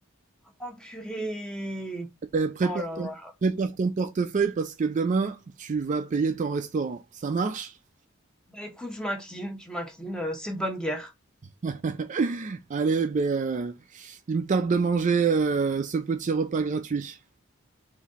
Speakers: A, in the centre; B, on the right (about 35°).
A: Oh purée!
B: Eh ben, prépare
A: Oh là
B: ton,
A: là.
B: prépare ton portefeuille parce que demain, tu vas payer ton restaurant. Ça marche?
A: Bah écoute, je m'incline, je m'incline, euh, c'est de bonne guerre.
B: <laughs> Allez, ben, euh, il me tarde de manger euh, ce petit repas gratuit.